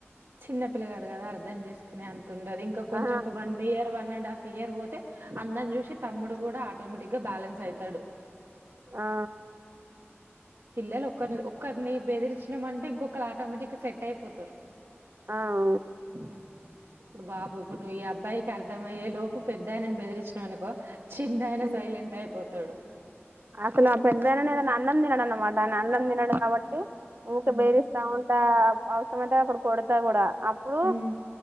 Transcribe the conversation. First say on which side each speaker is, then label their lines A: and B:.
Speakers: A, on the right; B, on the right.
A: చిన్న పిల్గాడు కదా, అర్ధం చేసుకుని అంత ఉండదు ఇంకా కొంచెం
B: ఆ
A: ఒక one year one and half year పోతే, అన్ననీ చూసి తమ్ముడు కూడా ఆటోమేటిక్ గా బ్యాలెన్స్ అయితడు
B: ఆ
A: పిల్లలు ఒకరు ఒక్కరిని బెదిరించినమంటే ఇంకొకల్లు ఆటోమేటిక్ గా సెట్ అయిపోతారు
B: ఆ ఆ
A: ఉమ్ ఇప్పుడు బాబు ఇప్పుడు నువ్వు ఈ అబ్బాయికి అర్థమయ్యే లోపు పెద్దాయనని బెదిరించినవు అనుకో, చిన్నయినా
B: ఉమ్.
A: సైలెంట్ అయిపో తడు
B: అసలు ఆ పెద్దయానానే ఏదైనా అన్నం దినడున్నమాట ఆయన అన్నం దినడు కాబట్టి ఉక
A: హ్మ్
B: బేరిస్తా ఉంటా అవసరం అయితే ఒకటి కొడతా గుడా అప్పుడు
A: హ్మ్